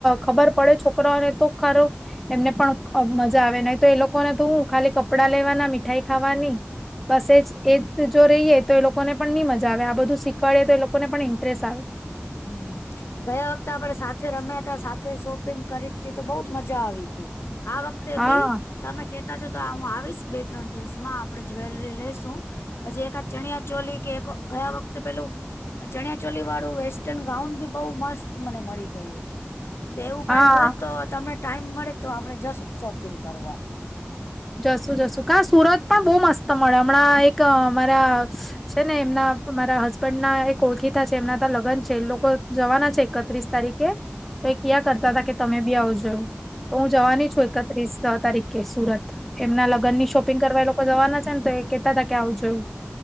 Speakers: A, in the centre; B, on the left (about 80°).
A: ખબર પડે છોકરાને તો ખરો, એમને પણ મજા આવે નહીં તો એ લોકોને તો હું ખાલી કપડા લેવાના મીઠાઈ ખાવાની. બસજ એજ જો રહીએ તો એ લોકોને. પણ નહી મજા આવે આ બધું શીખવાડે તો લોકોને પણ ઇન્ટરેસ્ટ આવે.
B: હમ. ગયા વખતે આપણે સાથે રમ્યા ત સાથે શોપિંગ કરી હતી તો બઉજ મજા આવી હતી. આ વખતે
A: હા
B: બી તમે કે તા છો તો હું આવીશ બે ત્રણ દિવસમાં આપણે જ્વેલરી લઈેશું. પછી એક આ ચણિયા ચોલી કે એક ગયા વખતે પેલું ચણિયા ચોલી વાળું વ. ગાઉન બી બહુ મસ્ત મને મળી ગયું હતું તો એવું
A: હા
B: કઈ હોય તો. તમને ટાઈમ મળે તો આપણે જશું શોપિંગ કરવા.
A: જસું જસું કા સુરત પણ બહુ મસ્ત મળે હમણાં એક અ મામારા. છે ને એમના મારા હસબન્ડ ના એક ઓળખીતા છે એમના લગ્ન છે એ લોકો જવાના છે એકત્રીસ તારીખ. કે્યા. તો એ ક્યાં કરતા હતા કે તમે બી આવ જોું તો હું જવાની
B: હમ
A: છું એકત્રીસ તારીખે સુરત. એમના લગ્ન
B: હમ
A: ની શોપિંગ કરવા એ લોકો જવાના છે ને તો એ કેહેતા હતા કે આવું જોયું.